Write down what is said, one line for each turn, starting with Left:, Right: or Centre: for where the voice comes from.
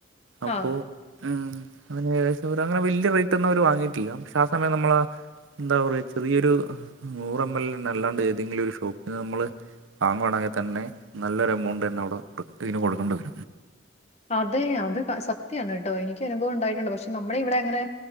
Right: അപ്പോ
Left: ആഹ്
Right: ഉം അങ്ങനെകദേശരങ്ങനെ വല്ല്യ റേറ്റ് ഒന്നും അവര് വാങ്ങിയിട്ടില്ല പക്ഷെ ആ സമയം നമ്മള ന്താ പറയ ചെറിയൊരു നൂറ് എം എൽ എന്നല്ലാണ്ട് ഏതെങ്കിലൊരു ഷോപ്പിന്ന് നമ്മള് വാങ്ങുവാണെങ്കി തന്നെ നല്ലൊരു എമൗണ്ടെന്നെ അവടെ ഇതിന് കൊടുക്കണം
Left: അത് അത് സത്യാണ് കേട്ടോ എനിക്കനുഭവം ണ്ടായിട്ടുണ്ട് പക്ഷെ നമ്മളെ ഇവിടങ്ങനെ